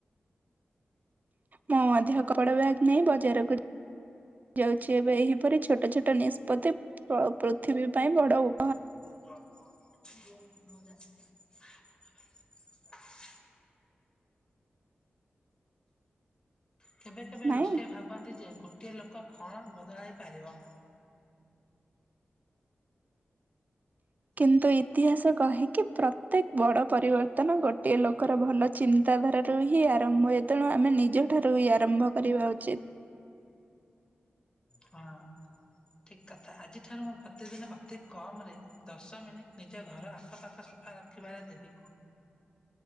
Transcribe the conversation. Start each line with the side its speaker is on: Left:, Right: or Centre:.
Right: ମୋ ମଧ୍ୟ କପଡା ବ୍ୟାଗ ନେଇ ବଜାରକୁ ଯାଉଛି ଏବେ ଏହିପରି ଛୋଟ ଛୋଟ ନିଷ୍ପତ୍ତି ପ୍ର ପୃଥିବୀ ପାଇଁ ବଡଉ
Left: <inaudible> କେବେ କେବେ
Right: ନାଇଁ।
Left: ଲୋକେ ଭାବନ୍ତି ଯେ ଗୋଟିଏ ଲୋକ କଣ ବଦଳାଇ ପାରିବ?
Right: କିନ୍ତୁ ଇତିହାସ କହେକି ପ୍ରତ୍ୟେକ ବଡ ପରିବର୍ତ୍ତନ ଗୋଟିଏ ଲୋକ ଙ୍କର ଭଲ ଚିନ୍ତାଧାରାରୁ ହିଁ ଆରମ୍ଭ ହୁଏ ତେଣୁ ଆମେ ନିଜ ଠାରୁ ହିଁ ଆରମ୍ଭ କରିବା ଉଚିତ୍।
Left: ହଁ ଠିକ୍ କଥା ଆଜିଠାରୁ ମୁଁ ପ୍ରତିଦିନ ଅତି କମ୍ ରେ- ଦଶ ମିନିଟ୍ ନିଜ ଘର ଆଖପାଖ ସଫା ରଖିବାରେ ଦେବି।